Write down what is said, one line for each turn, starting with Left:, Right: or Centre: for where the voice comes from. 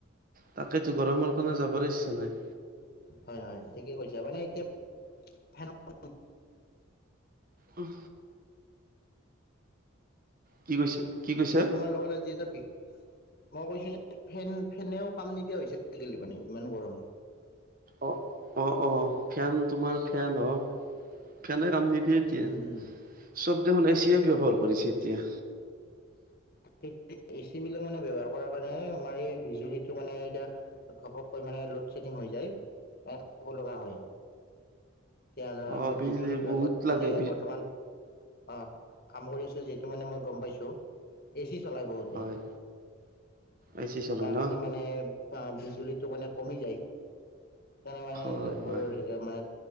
Right: তাকেইতো গৰমৰ কাৰণে যাবই ইচ্ছা নাই।
Left: হয় হয় ঠিকে কৈছা মানে এতিয়া সেনেকোৱা।
Right: উম। কি কৈছে? কি কৈছা
Left: এ তোমাৰ লগত আজি এটা বিষ মই কৈছোঁ যে ফেন ফেনেও কাম নিদিয়া হৈছে আজি কালি মানে ইমান গৰম।
Right: অ অ অ ফেন তোমাৰ ফেন হওঁক, ফেনে কাম নিদিয়ে এতিয়া
Left: উম উম
Right: চব দেখোন এচিয়ে ব্যৱহাৰ কৰিছে এতিয়া।
Left: ত কেতিয়া। <inaudible> এ চি বিলাক মানে ব্যৱহাৰ কৰাৰ কাৰণে, আমাৰ এই বিজুলীটো মানে এতিয়া ঘপকৈ মানে লডছেডিং হৈ যায় অ। থাকিব লগা হয় এতিয়া ধৰা
Right: অ
Left: মই
Right: বিল
Left: বিজুলী বিভাগত
Right: বহুত লাগে
Left: মানে
Right: বিল
Left: বৰ্তমান অহ, কাম কৰি আছোঁ যিহেতু মানে মই গম পাইছোঁ। ক চলাই বহুতে
Right: হয়
Left: <inaudible>
Right: এ চি চলে
Left: তাৰ
Right: ন
Left: কাৰণে মানে বিজুলীটো এইটো মানে কমি যাই সেইকাৰণে মানে
Right: হয়
Left: এইবোৰ
Right: হয়
Left: মানে